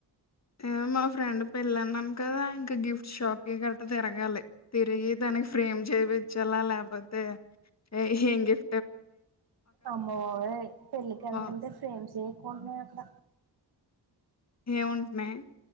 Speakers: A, on the left; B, on the right.
A: ఇగో మా ఫ్రెండ్ ఫ్రెండ్ పెళ్ళన్నాం కదా ఇంకా గిఫ్ట్ షాపికి గట్ట తిరగాలి తిరిగి దానికి ఫ్రేమ్ చేపించాలా లేపోతే, హేంగిఫ
B: అమ్మో ఈ పెళ్ళికి ఏళ్తుంటే
A: ఆ
B: ఫ్రేమ్స్ ఉన్నాయి అక్కడ
A: ఎం ఉంటున్నాయి,